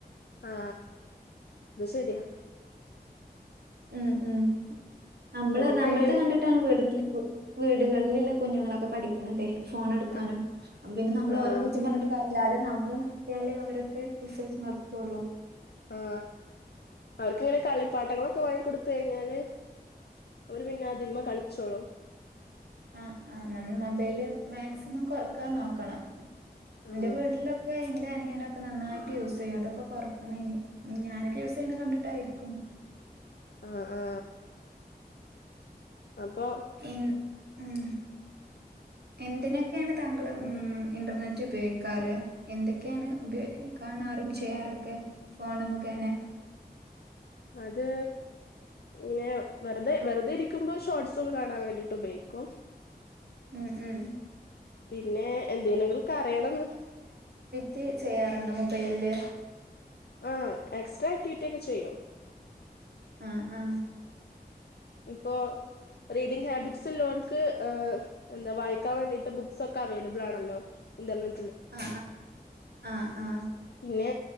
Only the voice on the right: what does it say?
ഉം ഉം നമ്മള്
നമ്മളത് കണ്ടിട്ടാണ് വീട വി വീടുകളിലിള്ള കുഞ്ഞുങ്ങളൊക്കെ പഠിക്കണതേ ഫോൺ എടുക്കാനും
അപ്പൊ പിന്നെ നമ്മള്
ഓരേ കുറ്റം പറഞ്ഞിട്ട് കാര്യ അല്ലാതെ നമ്മള് നിർത്തിയാലേ അവരൊക്കെ വിശ്വസിച്ച് നിർത്തൊള്ളൊ
ആ ആ നമ്മള് മൊബൈല് മാക്സിമം കൊറക്കാൻ നോക്കണം എന്റെ
വീട്ടിലൊക്കെ എ ന്റെ അനിയനൊക്കെ നന്നായിട്ട് യൂസെയ്യും അതൊക്കെ കൊറക്കണം ഇനി ഞാനൊക്കെ യൂസെയ്യണ കണ്ടിട്ടായിരിക്കും
എൻ ഉം എന്തിനൊക്കെയാണ് താങ്കൾ ഉം ഇന്റർനെറ്റ് ഉപയോഗിക്കാറ് എന്തൊക്കെയാണ് ഉപയോഗിക്ക കാണാറും ചെയ്യാറൊക്കെ ഫോണ് മുഖേനെ
ഉം ഉം
ചി ചെയ്യാറുണ്ടോ മൊബൈലില്
ആ ആ
ആ ആ ആ ആ